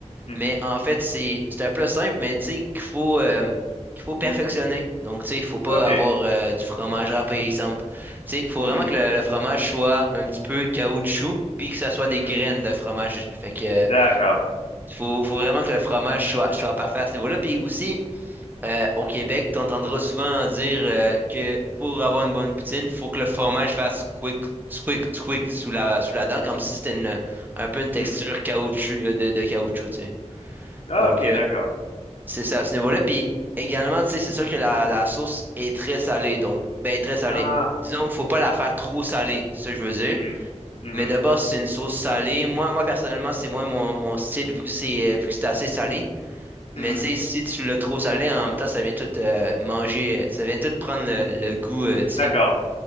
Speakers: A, on the left; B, on the right.
A: mhm,
B: Mais en fait, c'est c'est un plat simple, mais tu sais qu'il faut, euh, qu'il faut perfectionner.
A: mm,
B: Donc, tu sais, il faut pas
A: ok.
B: avoir euh, du fromage râpé, exemple. Tu sais, il faut
A: Mhm,
B: vraiment que le, le fromage soit un petit peu caoutchouc, puis que ça soit
A: mhm.
B: des graines de fromage. Fait que euh,
A: D'accord.
B: faut, faut vraiment que le fromage soit, soit parfait à ce niveau-là. Puis aussi, euh, au Québec, tu entendras souvent dire euh, que pour avoir une bonne poutine, il faut que le fromage fasse squick, squick, squick sous la, sous la dent, comme si c'était une, un peu une texture
A: Mm.
B: caoutchouc, euh, de, de caoutchouc, tu sais.
A: Ah,
B: Donc,
A: ok,
B: euh,
A: d'accord.
B: c'est ça, à ce niveau-là. Puis également, tu sais, c'est sûr que la, la sauce est très salée, donc, ben, très salée.
A: Ah,
B: Disons qu'il faut pas la faire trop salée, c'est ça que je veux dire.
A: mhm, mhm,
B: Mais de base, c'est une sauce salée. Moi, moi personnellement, c'est moins mon, mon style, vu que c'est, euh, vu que c'est assez salé.
A: mhm.
B: Mais tu sais, si tu l'as trop salé, en même temps, ça vient tout euh, manger, euh, ça vient tout prendre le, le goût, euh, tu sais.
A: D'accord.